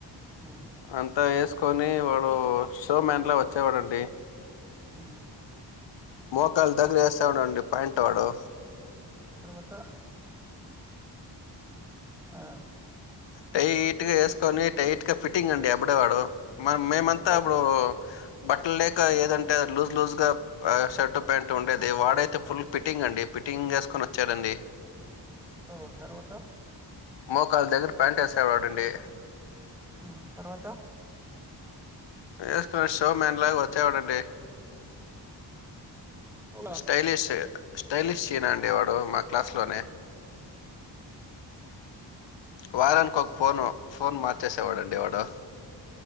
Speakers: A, in the centre; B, on the left (about 85°).
A: ఉమ్,
B: అంత వేసుకొని వాడు షో మ్యాన్లా వచ్చేవాడండి
A: ఉమ్,
B: మోకాళ్లు దగ్గర వేస్తాడండి ప్యాయింట్ వాడు
A: తర్వాతా ఆ
B: టైట్గా వేసుకొని టైట్గా ఫిట్టింగ్ అండి అప్పుడేవాడు మ మేమంతా
A: వ-
B: అప్పుడు బట్టలు లేక ఏదంటే అ లూజ్ లూజ్ గా షర్టు ప్యాంట్ ఉండేది వాడైతే ఫుల్ పిట్టింగ్ అండి పిట్టింగ్ వేసుకొని వచ్చానండి
A: ఒ తర్వాత
B: మోకాళ దగ్గర ప్యాంట్ వేసేవాడండి
A: ఉమ్, తర్వాత
B: వేసుకొని షో మేన్ లాగా వచ్చేవాడండి
A: అవునా
B: స్టైలిష్ స్టైలిష్ సీన అండి వాడు మా క్లాస్లోనే వారానికి ఒక ఫోను ఫోన్ మార్చేసేవాడండి వాడు